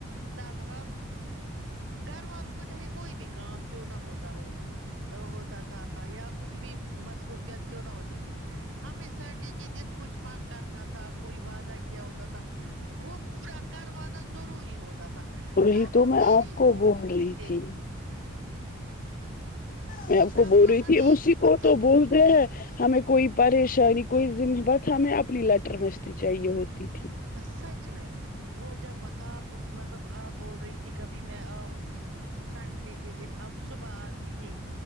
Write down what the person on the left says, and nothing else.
وہی
تو
میں
آپ کو
بول رہی
تھی میں اپ
کو بول
رہی
تھی وہ اسی
کو تو بولتے ہیں ہمیں کوئی پریشانی کوئی ذمہ بس ہمیں اپنی لٹر مستی چاہیے ہوتی تھی